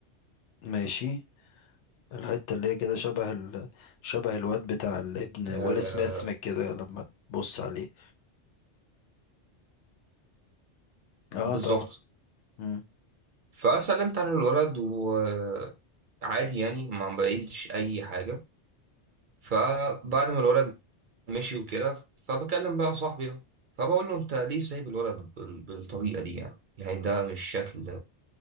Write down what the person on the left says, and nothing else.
ماشي الحتة اللي هي كده شبه ال... شبه الواد بتاع الابن
ويل سميث من كده لما تبص عليه اه
طبعا مم.